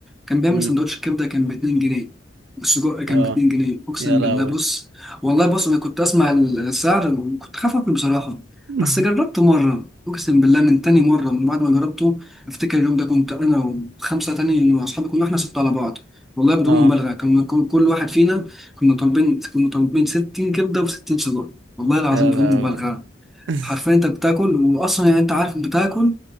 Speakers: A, in the centre; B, on the right.
A: كان بيعمل
B: مم.
A: سندوتش كبدة كان باتنين جنيه والسجق كان
B: اه
A: باتنين جنيه أقسم
B: يا لهوي
A: بالله بص والله بص أنا كنت أسمع السعر وكنت خايف أكل بصراحة
B: <laughs>
A: بس جربته مرة أقسم بالله من تاني مرة من بعد ما جربته أفتكر اليوم ده كنت أنا وخمسة تاني وأصحابي كنا إحنا ستة على بعض والله بدون
B: اه
A: مبالغة كنا كل كل واحد فينا كنا طالبين كنا طالبين 60 كبدة و60 سجق والله العظيم
B: يا
A: بدون
B: لهوي
A: مبالغة
B: <laughs>
A: حرفيا انت بتاكل واصلا يعني انت عارف بتاكل